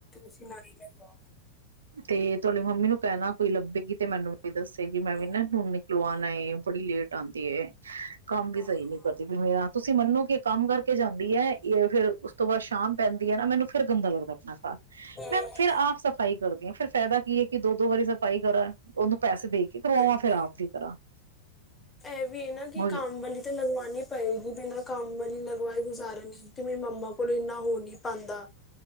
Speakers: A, on the left; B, on the right.
A: ਸਿਲਾਈ ਲਗਵਾਓ
B: ਤੇ ਤੁਹਾਡੀ ਮੰਮੀ ਨੂੰ ਕਹਿਣਾ ਕੋਈ ਲੱਭੇਗੀ ਤੇ ਮੈਨੂੰ ਵੀ ਦੱਸੇਗੀ ਮੈਂ ਵੀ
A: ਹਾਂ
B: ਨਾ ਨਿਕਲਵਾਉਣਾ
A: ਹਾਂ
B: ਏ ਬੜੀ ਲੇਟ ਟਦੀ ਹੈ ਕੰਮ ਵੀ
A: ਹਾਂ
B: ਸਹੀ
A: ਹਾਂ
B: ਨੀ ਕਰਦੀ ਵੀ ਮੇਰਾ ਤੁਸੀਂ ਮੰਨੋ ਕਿ ਕੰਮ ਕਰਕੇ ਜਾਂਦੀ ਹੈ ਇਹ ਫੇਿਰ ਉਸ ਤੋਂ ਬਾਅਦ ਸ਼ਾਮ ਪੈਂਦੀ ਹੈ ਨਾ ਮੈਨੂੰ ਫਿਰ ਗੰਦਾ ਲੱਗਦਾ ਆਪਣਾ ਘ
A: ਹਮ,
B: ਮੈਂ
A: ਹਮ,
B: ਫਿਰ ਆਪ ਸਫ਼ਾਈ ਫੇਿਰ ਫਾਇਦਾ ਕੀ ਹੈ ਕਿ ਦੋ ਦੋ ਵਾਰੀ ਸਫ਼ਾਈ ਕਰਾਂ ਉਹਨੂੰ ਪੈਸੇ ਦੇ ਕੇ ਕਰਵਾਵਾਂ
A: ਹਾਂਜੀ
B: ਫੇਿਰ ਆਪ ਵੀ ਕਰਾਂ <inaudible>
A: ਇਹ ਵੀ ਹੈ ਨਾ ਕਿ
B: ਉਹੀ
A: ਕੰਮ ਵਾਲੀ ਤਾਂ ਲਗਵਣੀ ਪਏਗੀ ਬਿਨਾਂ ਕੰਮ ਵਾਲੀ ਲਗਵਾਈ ਗੁਜ਼ਾਰਨ ਕਿ ਮੇਰੀ ਮੰਮਾ ਕੋਲ ਇੰਨਾ ਹੋ ਨਹੀਂ ਪਾਉਂਦਾ